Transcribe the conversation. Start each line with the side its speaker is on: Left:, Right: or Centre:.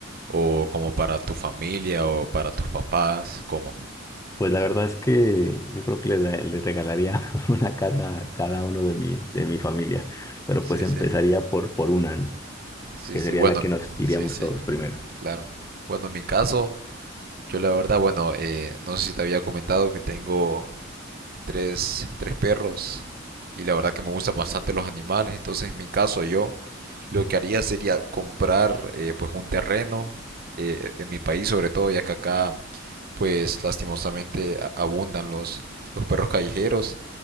Right: o como para tu familia o para tus papás, ¿cómo?
Left: Pues la verdad es que yo creo que le, da- le regalaría <laughs> una casa a cada uno de mi, de mi familia, pero
Right: Sí,
Left: pues empezaría
Right: sí,
Left: por, por una, ¿no?
Right: sí,
Left: Que
Right: sí.
Left: sería
Right: Bueno,
Left: la que nos iríamos
Right: sí, sí,
Left: todos primero.
Right: claro. Bueno, en mi caso, yo la verdad, bueno, eh, no sé si te había comentado que tengo tres, tres perros y la verdad que me gustan bastante los animales, entonces en mi caso yo lo que haría sería comprar eh, pues un terreno eh, en mi país sobre todo, ya que acá pues lastimosamente abundan los, los perros callejeros